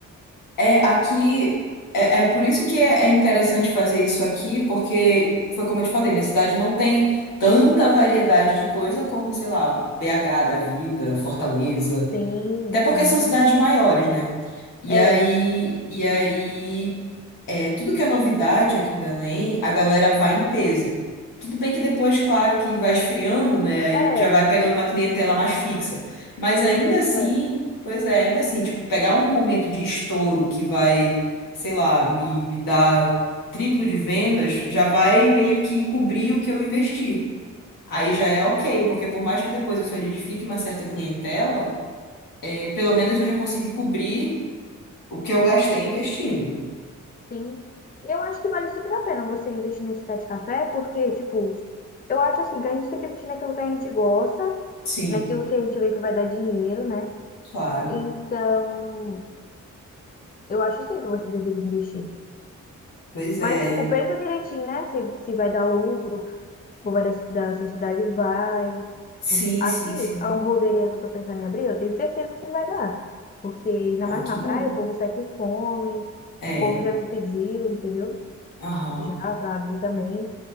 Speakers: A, on the left; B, on the left.
A: É, aqui. É, é por isso que é, é interessante fazer isso aqui, porque foi como eu te falei, minha cidade não tem tanta variedade de coisa como, sei lá, BH da vida, Fortaleza.
B: Sim,
A: Até porque
B: sim.
A: são cidades maiores, né? E
B: É,
A: aí, e aí, é, tudo que é novidade aqui em Belém, a galera vai em peso. Tudo bem que depois, claro, que vai esfriando, né? Aí
B: é,
A: já vai pegando uma clientela mais fixa. Mas ainda
B: com o tempo
A: assim,
B: vai.
A: pois é, ainda assim, tipo, pegar um momento de estouro que vai, sei lá, me, me dar triplo de vendas, já vai meio que cobrir o que eu investi. Aí já é ok,
B: Sim,
A: porque por mais que depois eu solidifique uma certa clientela pelo menos eu já consegui cobrir o que eu gastei investindo.
B: sim. Eu acho que vale super a pena você investir nesse pé de café, porque, tipo, eu acho assim, que a gente tem que investir naquilo que a gente gosta,
A: Sim,
B: naquilo que a gente vê que vai dar dinheiro, né?
A: claro.
B: Então, eu acho sim que você deveria investir.
A: Pois é.
B: Mas, tipo, pensa direitinho, né? Se, se vai dar lucro, se for vai da, da sociedade, vai. Tipo,
A: Sim,
B: aqui,
A: sim, sim.
B: a hamburgueria que eu tô pensando em abrir, eu tenho certeza que vai dar. Porque, ainda
A: Ah,
B: mais
A: que
B: na
A: bom.
B: praia, o povo sai com fome,
A: É.
B: o povo já me pediu, entendeu?
A: Aham.
B: Já pra abrir também.